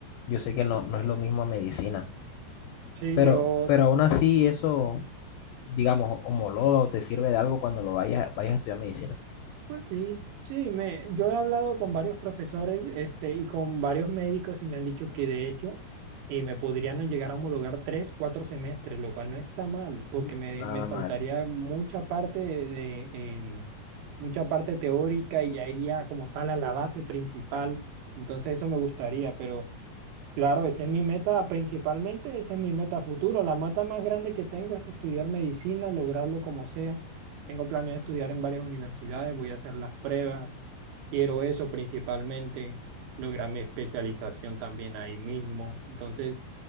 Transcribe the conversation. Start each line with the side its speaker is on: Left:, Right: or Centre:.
Left: yo sé que no, no es lo mismo a medicina.
Right: Sí,
Left: Pero,
Right: yo...
Left: pero aún así eso, digamos, homologa o te sirve de algo cuando lo vayas, vayas a estudiar medicina.
Right: Pues sí, sí, me, yo he hablado con varios profesores, este, y con varios médicos y me han dicho que de hecho eh, me podrían llegar a homologar tres, cuatro semestres, lo cual no está mal, porque
Left: Mm,
Right: me,
Left: Nada
Right: me saltaría
Left: mal.
Right: mucha parte de, de, em, mucha parte teórica y ya iría como tal a la base principal. Entonces eso me gustaría, pero Claro, esa es mi meta principalmente, esa es mi meta futuro. La meta más grande que tengo es estudiar medicina, lograrlo como sea. Tengo planeado estudiar en varias universidades, voy a hacer las pruebas. Quiero eso principalmente, lograr mi especialización también ahí mismo. Entonces,